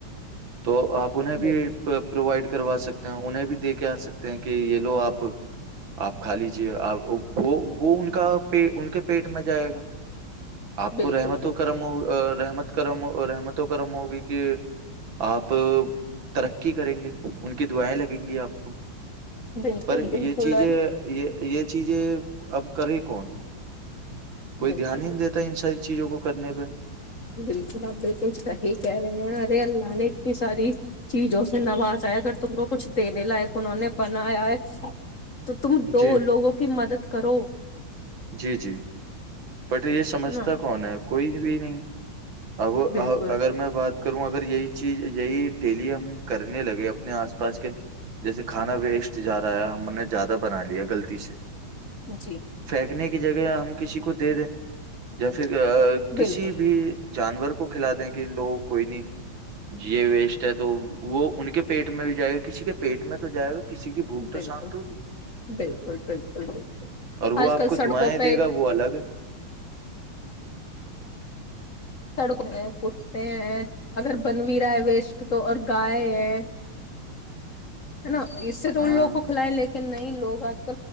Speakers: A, on the right; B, on the left.
A: تو آپ انہیں بھی
B: بالکل۔
A: پرووائڈ کروا سکتے ہیں انہیں بھی دے کے آ سکتے ہیں کہ یہ لو آپ آپ کھا لیجیے وہ ان کا پ ان کے پیٹ ک مزہ آئے گا آپ
B: بالکل
A: کو رحمت
B: بالکل
A: و کرم ہو رحمت گرم اور رحمت و کرم ہوگی کہ اپ ترقی کریں گے کی دعائیں لگیں گی آپ کو
B: بالکل
A: پر
B: بالکل
A: یہ چیزیں
B: ارے
A: یہ یہ چیزیں اب کرے کون کوئی
B: بالکل
A: دھیان ہی نہیں
B: بالکل
A: دیتا ان ساری چیزوں کو کرنے پہ
B: بالکل آپ بالکل صحی کہہ رہے ہیں ارے اللہ نے اتنی ساری چیزوں سے نوازائے اگر تم کو کچھ دینے لائق انہوں نے بنایا ہے تو تم دو
A: جی
B: لوگوں کی مدد کرو
A: جی جی بٹ یہ سمجھتا
B: ہے نا
A: کون ہے کوئی بھی نہیں اب
B: بالکل
A: اگر میں بات کروں اگر یہی چیز یہی ڈیلی ہم کرنے لگے اپنے آس پاس کے جیسے کھانا ویسٹ جاار رہا ہے، ہم نے زیادہ بنا لیا غلطی سے
B: جی
A: لنے کی جگہ ہم کسی کو دے دیں یا پھر کسی
B: بالکل
A: بھی جانور کو کھلا دیں کہ کہ لوگ کوئی نہیں جیے وی ہے تو وہ ان کے پیٹ میں بھی جائے گا کسی کے پیٹ میں تو جائے گا کسی کی بھوک تو
B: بالکل
A: شانت ہوگی
B: بالکل بالکل بالکل
A: اور وہ
B: آج کل
A: آپ کو
B: سڑکوں
A: دعائیں
B: پہ
A: دے گا وہ الگ ہے
B: سڑک ہیں کودتے ہیں اگر بن بھی رہا ہے ویسٹ تو اور گائے ہے ہے نا اس سے تو
A: ہاں
B: ان لوگ کو کھلائ لیکن نہیں لوگ آج